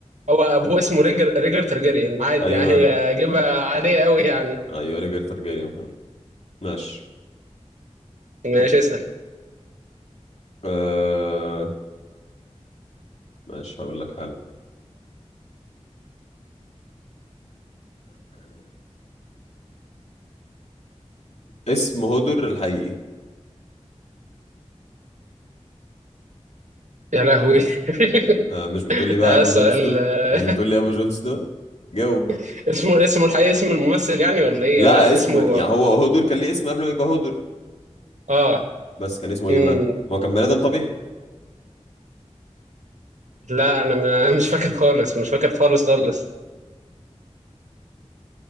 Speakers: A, on the right; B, on the left.
A: هو ابوه اسمه ريجر ريجر ترجريان عادي
B: ايوه
A: يعني هي
B: ر...
A: اجابه عاديه قوي يعني
B: ايوه ريجر تارجاريان فعلا ماشي
A: ماشي اسال
B: آه ماشي هقول لك حل <coughs> اسم هودر الحقيقي
A: يا لهوي <laughs>
B: آه مش بتقول
A: <laughs>
B: لي بقى
A: آه
B: ابو
A: سؤال
B: جون سنو
A: آه،
B: مش بتقول لي ابو جون سنو جاوب بقى
A: <laughs> اسمه اسمه الحقيقي اسم الممثل يعني ولا ايه
B: لا
A: يعني
B: اسم
A: اسمه
B: يعني هو هودر كان ليه اسم قبل ما يبقى هودر
A: اه
B: بس كان اسمه
A: مم.
B: ايه بقى ما هو كان بني ادم طبيعي
A: لا انا ما- مش فاكر خالص مش فاكر خالص خالص